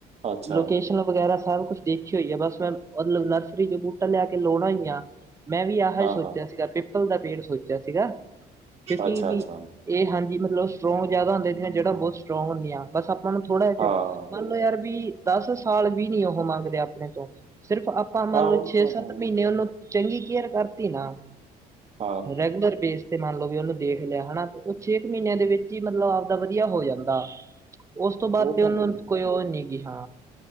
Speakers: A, on the right; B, on the right.
A: ਅੱਛਾ
B: ਲੋਕੇਸ਼ਨ, ਵਗੈਰਾ ਸਭ ਕੁਛ ਦੇਖੀ ਹੋਈ ਆ, ਬਸ ਮੈਂ ਮਤਲਬ ਨਰਸਰੀ ਚ ਬੂਟਾ ਲਿਆ ਕੇ, ਲਾਉਣਾ ਈ ਆ। ਮੈਂ ਵੀ ਅਹ
A: ਹਾਂ
B: ਸੋਚਿਆ
A: ਹਾਂ
B: ਸੀਗਾ, ਪਿੱਪਲ ਦਾ ਪੇੜ ਸੋਚਿਆ ਸੀਗਾ, ਕਿਉਂਕਿ,
A: ਅੱਛਾ
B: ਵੀ
A: ਅੱਛਾ
B: ਇਹ ਹਨ ਕਿ ਮਤਲਬ ਉਹ ਸਟਰੋਂਗ ਜ਼ਿਆਦਾ ਹੁੰਦੇ ਸੀ, ਜੜਾਂ ਬਹੁਤ ਸਟਰੋਂਗ ਹੁੰਦੀਆਂ, ਬਸ ਆਪਾਂ ਨੂੰ ਥੋੜਾ ਜਿਹਾ,
A: ਹਾਂ
B: ਮੰਨ
A: ਉਹ-
B: ਲੋ, ਯਾਰ ਵੀ ਦਸ ਸਾਲ ਵੀ ਨੀ ਉਹ ਮੰਗਦੇ, ਆਪਣੇ ਤੋ, ਸਿਰਫ ਆਪਾਂ, ਮੰਨ
A: ਹਾਂ
B: ਲੋ
A: ਉਹ
B: ਛੇ
A: ਤਾਂ
B: ਸੱਤ
A: ਹਾਂ
B: ਮਹੀਨੇ, ਉਹਨੂੰ ਚੰਗੀ, ਕੇਅਰ ਕਰਤੀ ਨਾ,
A: ਹਾਂ
B: ਰੈਗੂਲਰ ਬੇਸ ਤੇ ਮੰਨ ਲਓ ਵੀ, ਉਹਨੂੰ ਦੇਖ ਲਿਆ, ਹੈਨਾ ਉਹ ਛੇ ਕੁ ਮਹੀਨਿਆਂ ਦੇ ਵਿੱਚ ਹੀ, ਮਤਲਬ ਆਪਦਾ ਵਧੀਆ ਹੋ ਜਾਂਦਾ ਉਸ ਤੋਂ ਬਾਅਦ,
A: ਉਹ
B: ਤੇ
A: ਤਾਂ
B: ਉਹਨੂੰ
A: ਹੈ
B: ਕੋਈ ਉਹ ਨੀ ਗੀ, ਹਾਂ